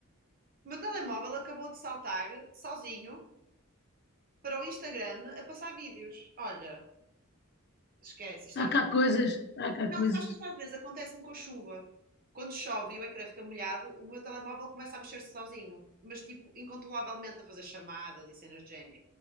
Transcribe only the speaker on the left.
Há
cá
coisas, há cá coisas.